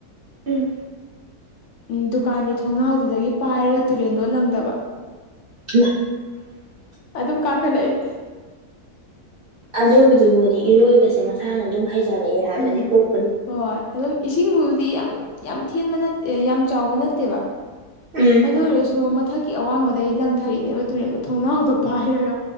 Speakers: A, on the right; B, on the left.
A: ꯎꯝ
B: ꯎꯝ ꯗꯨꯀꯥꯟꯒꯤ ꯊꯣꯡꯅꯥꯎꯗꯨꯗꯒꯤ ꯄꯥꯏꯔꯒ ꯇꯨꯔꯦꯟꯗ ꯂꯪꯗꯕ
A: <inaudible>
B: ꯑꯗꯨꯝ ꯀꯥꯈꯠꯂꯛꯏ
A: ꯑꯗꯨꯕꯨꯗꯤ ꯃꯣꯏꯗꯤ ꯏꯔꯣꯏꯕꯖꯦ ꯃꯁꯥꯅ ꯑꯗꯨꯝ ꯍꯩꯖꯔꯛꯑꯦ ꯍꯥꯏꯕꯅꯤ
B: ꯎꯝ
A: ꯄꯣꯛꯄꯗꯩ
B: ꯍꯣꯏ ꯑꯗꯨꯝ ꯏꯁꯤꯡꯕꯨꯗꯤ ꯌꯥꯝ ꯌꯥꯝ ꯊꯦꯟꯕ ꯅꯠ ꯌꯥꯝ ꯆꯥꯎꯕ ꯅꯠꯇꯦꯕ
A: ꯎꯝ
B: ꯑꯗꯨ ꯑꯣꯏꯔꯁꯨ ꯃꯊꯛꯀꯤ ꯑꯋꯥꯡꯕꯗꯩ ꯂꯪꯊꯩꯅꯦꯕ ꯇꯨꯔꯦꯟꯗ ꯊꯣꯡꯅꯥꯎꯗꯣ ꯄꯥꯏꯔꯒ